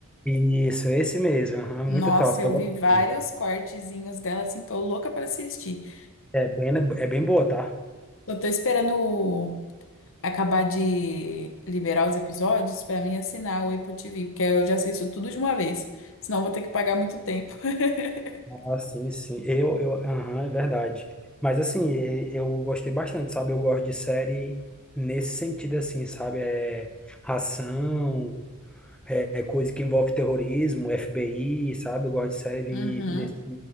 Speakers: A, in the centre; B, on the left (about 60°).
A: isso, esse mesmo, aham, muito
B: Nossa,
A: top,
B: eu
A: tô gostando.
B: vi vários cortezinhos dela, assim, tô louca pra assistir.
A: É bem, é bem boa, tá?
B: Eu tô esperando o acabar de liberar os episódios pra mim é assinar o Apple TV, porque eu já assisto tudo de uma vez, senão eu vou ter que pagar muito tempo. <laughs>
A: Ah, sim, sim. Eu, eu, aham, é verdade. Mas assim, e- eu gostei bastante, sabe? Eu gosto de série nesse sentido, assim, sabe? É ação, é é coisa que envolve terrorismo, FBI, sabe? Eu gosto de série
B: Uhum.
A: nesse,